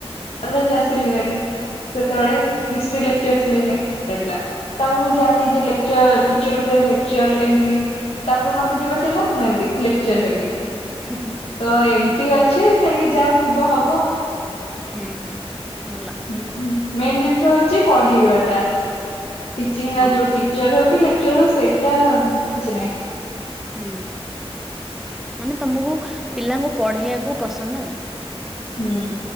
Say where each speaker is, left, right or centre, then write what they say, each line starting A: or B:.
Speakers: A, on the left (about 65°); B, in the centre.
A: କଲେଜ ଆସିଲିଭାରୀ ସେତେବେଳେ ହିଷ୍ଟ୍ରି ଲେକଚର ଥିଲେ ଜାଇଁ ହେଇଥିଲା। ତାପରେ ମୁଁ ଜାଣିଲି ଯେ ଲେଖଚର ଟିଚର ଉପରେ ଲେକ୍ଚର ଏମତି ତାପରେ ମତେ ଜିଏ ପଚାରିଲା ମୁଁ ଏମତି ଲେକଚର ହେବି।
B: ହୁଁ ହୁଁ
A: ତ ଏମିତି ଅଛି ତେଣିକି ଯାହା ଥିବ ହବ।
B: ହୁଁ ହୁଁ ଭଲ।
A: ହଁ ମେନ୍ ଜିନିଷ ହଉଛି ପଢେଇବା ଟା। ଟିଚିଙ୍ଗ
B: ହଁ।
A: ଯୋଉ ଟିଚର ହଉ କି ଲେକ୍ଚର ହଉ ସେଟା କିଛି ନାଇଁ।
B: ହୁଁ ମାନେ ତମକୁ ପିଲାଙ୍କୁ ପଢେଇବାକୁ ପସନ୍ଦ ଆଉ।
A: ହୁଁ।